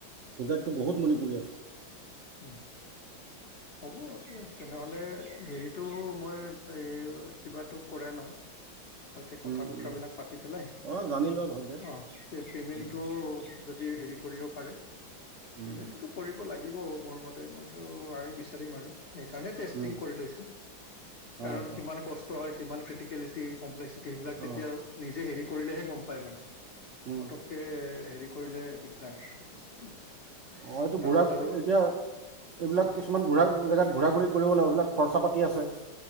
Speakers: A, on the right; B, on the left.
A: হোজাইততো বহুত মণিপুৰী আছে
B: উ হ'ব তেনেহলে হেৰিটো মই এই কিবাটো কৰাই লওঁ ভালকে কথা
A: উম
B: বতৰাবিলাক
A: উম
B: পাতি পেলাই
A: অ জানি লোৱা ভালকৈ
B: অ পেমেণ্টটো
A: উম
B: হেৰি কৰিব পাৰে পেমেণ্টোটো
A: উম
B: কৰিব লাগে দিব মোৰ মতে মইতো আৰু বিচাৰিম আৰু সেইকাৰণে টেষ্টিং
A: উম
B: কৰি লৈছো।
A: অ
B: কাৰণ
A: অ
B: কিমান কষ্ট হয় কিমান ক্ৰিটিকেলিটি কমপ্লেক্সিটি সেইবিলাক তেতিয়া
A: অ
B: নিজে হেৰি কৰিলেহে গ'ম পায় মানে।
A: উম
B: পটককে, হেৰি কৰিলে দিগদাৰ, বস্তুটো
A: অ', এইটো
B: তাৰপিছত
A: <unintelligible>
B: আৰু
A: এতিয়া এইবিলাক
B: অ
A: কিছুমান ঘূৰা জেগাত, ঘূৰা-ঘূৰি কৰিব লাগে। এইবলাক খৰচা পাতি আছে।